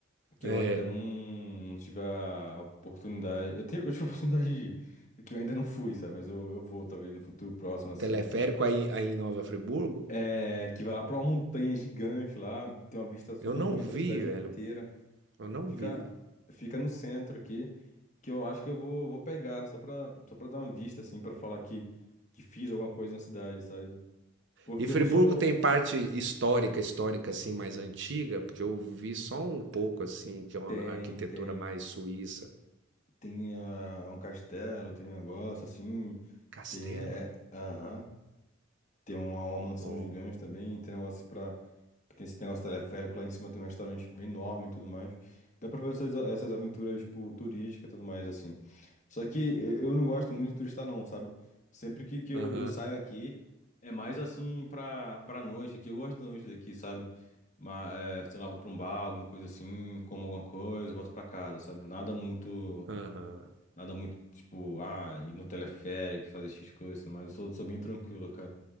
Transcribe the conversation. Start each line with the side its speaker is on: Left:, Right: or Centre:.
Left: que
Right: é.
Left: eu ainda não, não tive a oportunidade. Eu tive, eu tive a <laughs> oportunidade de ir, de que eu ainda não fui, sabe? Mas eu, eu vou, talvez, no futuro próximo, assim.
Right: teleférico aí, aí em Nova Friburgo,
Left: É, que vai lá pra uma montanha gigante lá, tem uma vista super
Right: eu não
Left: bonita
Right: vi,
Left: da cidade
Right: velho.
Left: inteira.
Right: Eu não
Left: Fica,
Right: vi.
Left: fica no centro aqui, que eu acho que eu vou, vou pegar, só pra, só pra dar uma vista, assim, pra falar que, que fiz alguma coisa na cidade, sabe? Porque
Right: E Friburgo
Left: eu não sou.
Right: tem parte histórica, histórica assim mais antiga, porque eu vi só um pouco assim, que é uma
Left: Tem,
Right: arquitetura
Left: tem.
Right: mais suíça.
Left: Tem ah, um castelo, tem um negócio assim.
Right: Castelo?
Left: Tem. É, é, Aham. Tem uma, uma mansão
Right: Ó.
Left: gigante também, tem negócio pra. Tem esse negócio teleférico, lá em cima tem um restaurante bem enorme e tudo mais. Dá pra ver essas, essas aventuras, tipo, turísticas e tudo mais, assim. Só que eu eu não gosto muito de turista, não, sabe? Sempre que, que eu,
Right: Aham.
Left: eu saio aqui, é mais assim pra, pra noite, que eu gosto da noite daqui, sabe? Mas, é, sei lá, vou pra um bar, alguma coisa assim, como alguma coisa, volto pra casa, sabe? Nada muito.
Right: Aham.
Left: Nada muito, tipo, ah, ir no teleférico, fazer X coisas, mas eu sou, sou bem tranquilo, cara.